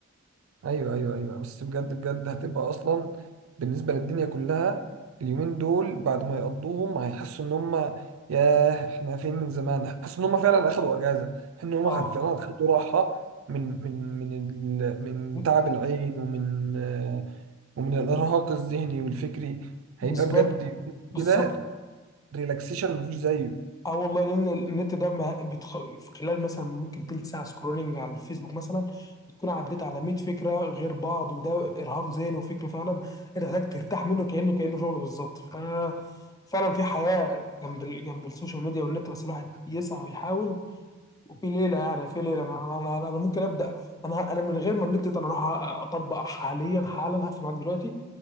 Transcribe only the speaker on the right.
أيوه أيوه أيوه بس بجد بجد هتبقى أصلا بالنسبة للدنيا كلها اليومين دول بعد ما يقضوهم هيحسوا إن هم ياه إحنا فين من زمان هيحسوا إن هم فعلا أخدوا أجازة إن هم
خد- فعلا أخدوا راحة من من من ال- من
تعب العين ومن ومن الارهاق الذهني والفكري هيبقى
بجد يومين
كده ريلاكسيشن مفيش زيه